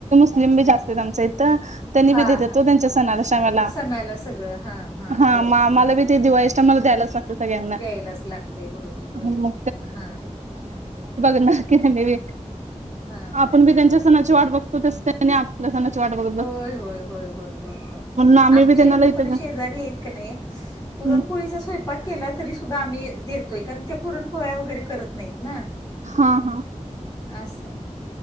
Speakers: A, on the right (about 70°); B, on the left (about 30°).
A: लिंबी जास्त आहेत आमच्या इथं त्यांनी
B: हा
A: बी देत्यात
B: हा
A: त्यांच्या सणा शमाला,
B: सणाला सगळं हा
A: हा
B: बरोबर
A: आम्हाला
B: बरोबर.
A: बी ते दिवाळीच्या टाईमाला द्यायलाच लागतं. सगळ्यांना
B: द्यायलाच लागते बरोबर बरोबर
A: मग
B: हा.
A: बाकी मी बी
B: हा हा
A: आपण बी
B: हा
A: त्यांच्या
B: हा.
A: सणाची वाट बघतो, तसं त्यांनी आपल्या सणाची वाट बघ
B: होय होय होय होय होय होय होय.
A: आम्ही
B: आमच्या
A: बी त्यांना
B: इथं
A: लई
B: पण
A: त्याचं
B: शेजारी आहेत कणी. पुरणपोळीचा
A: हम्म
B: स्वयं पाक केला तरी सुद्धा आम्ही देतोय, कारण त्या पुरण पोळ्या वगैरे करत नाहीत ना.
A: हा हा.
B: असं.